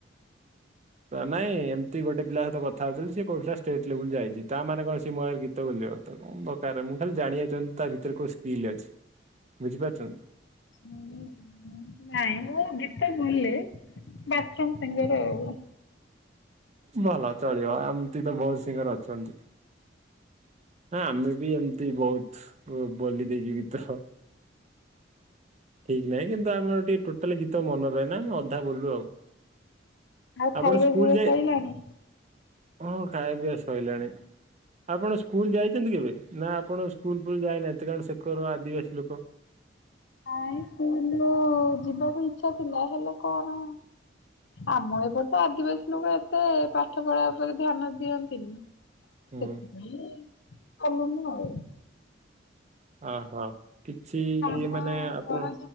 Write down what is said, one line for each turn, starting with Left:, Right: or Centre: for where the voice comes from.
Right: ତ ନାଇଁ ଏମତି ଗୋଟେ ପିଲା ସହିତ କଥା ହଉଥିଲି ସେ କହୁଥିଲା ଷ୍ଟେଟ ଲେବୁଲ୍ ଯାଇଚି ତା ମାନେ କଣ ସେ ମୋ ଆଗରେ ଗୀ ତ ବୋଲିବ ତ କଣ ଦରକାରେ ମୁଁ ଖାଲି ଜାଣିଆକୁ ଚାହୁଁ ତା ଭିତରେ କୋଉ ସ୍କିଲ୍ ଅଛି ବୁଝିପାରୁଚନ୍।
Left: ମୁଁ ମୁଁ ନାଇଁ ମୁଁ ଗୀତ ବୋଲେ ବାଥରୁମ ସିଙ୍ଗର ଆଉ।
Right: ଭଲ ଚଳିବ ଏମତି ତ ବହୁତ ସିଙ୍ଗର ଅଛନ୍ତି। ହଁ ଆମେ ବି ଏମତି ବହୁତ ଉ ବୋଲି ଦେଇଚୁ ଗୀତ ସ ଠିକ୍ ନାହିଁ କିନ୍ତୁ ଆମର ଟିକେ ଟୋଟାଲେ ଗୀତ ମନ ରହେନା ଆମେ ଅଧା ବୋଲୁ ଆଉ।
Left: ଆଉ
Right: ଆପଣ
Left: ଖାଇବା
Right: ସ୍କୁଲ
Left: ପିଇବା
Right: ଯାଏ
Left: ସଇଲାଣି?
Right: ହଁ ଖାଇଆ ପିଆ ସଇଲାଣି ଆପଣ ସ୍କୁଲ ଯାଇଚନ୍ତି କେବେ? ନା ଆପଣ ସ୍କୁଲ ଫୁଲ ଯାଇନାହାନ୍ତି କାରଣ ସେକର ଆଦିବାସୀ ଲୋକ?
Left: ନାଇଁ ସ୍କୁଲ ଯିବାକୁ ଇଚ୍ଛା ଥିଲା ହେଲେ କଣ ଆମର ଏପଟେ ତ ଆଦିବାସୀ ଲୋକ ଏତେ ପାଠ ପଢା ଉପରେ ଧ୍ୟାନ ଦିଅନ୍ତିନି। ସେଥି
Right: ହୁଁ।
Left: ପାଇଁ ପଢଲିନି ଆଉ।
Right: ଅ ହୋ କିଛି
Left: ଆମ
Right: ମାନେ ଆପଣ
Left: ପର